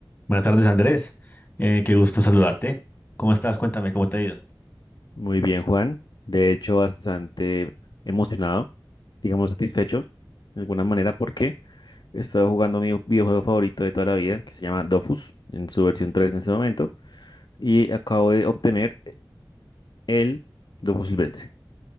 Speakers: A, on the left; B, on the left.
A: Buenas tardes, Andrés. Eh, qué gusto saludarte. ¿Cómo estás? Cuéntame, ¿cómo te ha ido?
B: Muy bien, Juan. De hecho, bastante emocionado, digamos satisfecho, de alguna manera, porque he estado jugando mi videojuego favorito de toda la vida, que se llama Dofus, en su versión 3 en este momento, y acabo de obtener el Dofus Silvestre.